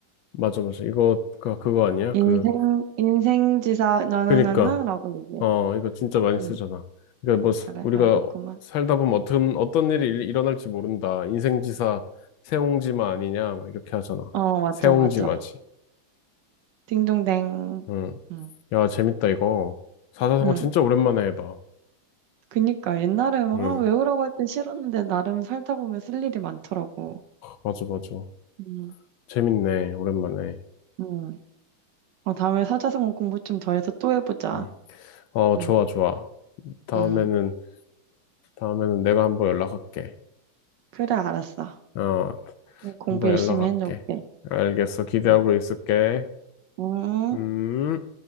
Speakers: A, on the left; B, on the right.
A: 맞아, 맞아. 이거가 그거 아니야?
B: 인생,
A: 그,
B: 인생지사, 너너너너라고
A: 그니까,
B: 얘기해.
A: 어, 이거 진짜 많이 쓰잖아.
B: 음,
A: 그러니까 뭐,
B: 아,
A: 스-
B: 그래,
A: 우리가
B: 알겠구만.
A: 살다 보면 어떤, 어떤 일이 일- 일어날지 모른다. 인생지사, 세옹지마 아니냐? 막 이렇게 하잖아.
B: 어, 맞죠,
A: 세옹지마지.
B: 맞죠. 딩동댕.
A: 응.
B: 음.
A: 야, 재밌다, 이거. 사사성어
B: 응.
A: 진짜 오랜만에 해봐.
B: 그니까 옛날에 막
A: 응,
B: 아, 외우라고 할 땐 싫었는데 나름 살다 보면 쓸 일이 많더라고.
A: 맞아, 맞아.
B: 응,
A: 재밌네, 오랜만에.
B: 응. 어, 다음에 사자성어 공부 좀 더 해서 또 해보자.
A: 응. 어, 좋아,
B: 응,
A: 좋아. 다음에는,
B: 응.
A: 다음에는 내가 한번 연락할게.
B: 그래, 알았어.
A: 어,
B: 공부
A: 한번
B: 열심히
A: 연락할게.
B: 해놓을게.
A: 알겠어, 기대하고
B: 응.
A: 있을게.
B: 응.
A: 음.